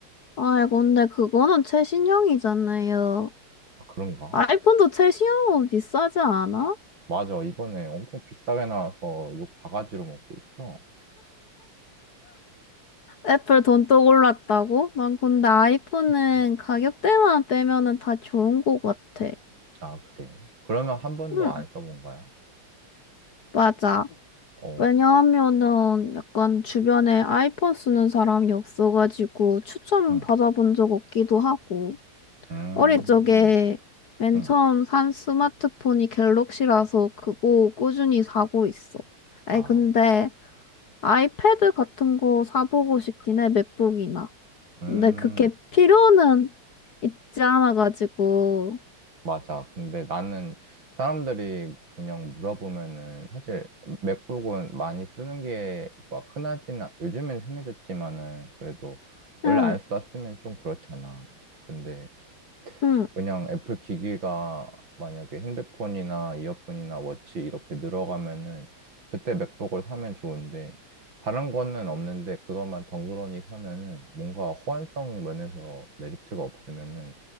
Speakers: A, on the left (about 50°); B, on the right (about 60°).
A: 아이, 근데 그거는 최신형이잖아요.
B: 아, 그런가?
A: 아이폰도 최신형은 비싸지 않아?
B: 맞아. 이번에 엄청 비싸게 나와서 욕 바가지로 먹고 있어.
A: 애플 돈또 올랐다고? 난 근데 아이폰은
B: 그치.
A: 가격대만 빼면은 다 좋은 것 같아.
B: 아, 그래. 그러면 한 번도
A: 응,
B: 안 써본 거야?
A: 맞아.
B: 어,
A: 왜냐하면은 약간 주변에 아이폰 쓰는 사람이 없어가지고 추천
B: 응,
A: 받아본 적 없기도 하고.
B: 음,
A: 어릴 적에 맨
B: 응.
A: 처음 산 스마트폰이 갤럭시라서 그거 꾸준히 사고 있어. 아니,
B: 아.
A: 근데 아이패드 같은 거 사보고 싶긴 해, 맥북이나.
B: 음,
A: 근데 그게 필요는 있지 않아가지고.
B: 맞아. 근데 나는 사람들이 그냥 물어보면은 사실 맥북은 많이 쓰는 게 막 흔하지는, 않- 요즘엔 흔해졌지만은 그래도 원래
A: 응,
B: 안 썼으면 좀 그렇잖아. 근데
A: 응.
B: 그냥 애플 기기가 만약에 핸드폰이나 이어폰이나 워치 이렇게 늘어가면은 그때 맥북을 사면 좋은데 다른 거는 없는데 그것만 덩그러니 사면은 뭔가 호환성 면에서 메리트가 없으면은